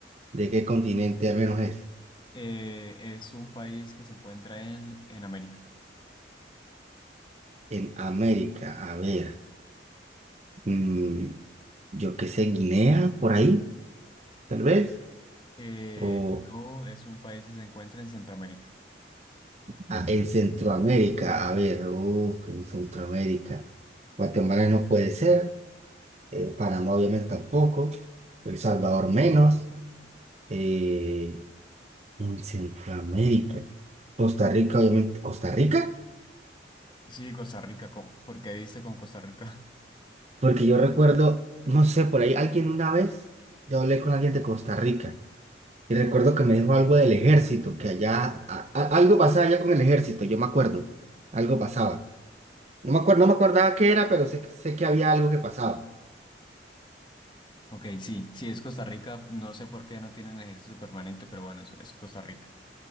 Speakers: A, on the right; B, on the left.
A: de qué continente al menos es.
B: Eh, es un país que se encuentra en, en América.
A: En América, a ver, mm, yo qué sé, Guinea, por ahí, tal vez.
B: Eh,
A: O
B: no, es un país que se encuentra en Centroamérica.
A: ah, en Centroamérica, a ver, uf, en Centroamérica. Guatemala no puede ser, eh, Panamá obviamente tampoco, El Salvador menos. eh, en Centroamérica, Costa Rica, obviamente, Costa Rica.
B: Sí, Costa Rica, ¿cómo? ¿Por qué diste con Costa Rica? <laughs>
A: Porque yo recuerdo, no sé, por ahí alguien una vez, yo hablé con alguien de Costa Rica y recuerdo que me dijo algo del ejército, que allá, a- a- algo pasaba allá con el ejército, yo me acuerdo, algo pasaba. No me acuerdo, no me acordaba qué era, pero sé, que- sé que había algo que pasaba.
B: Ok, sí, sí, es Costa Rica. No sé por qué no tienen ejército permanente, pero bueno, eso es es Costa Rica.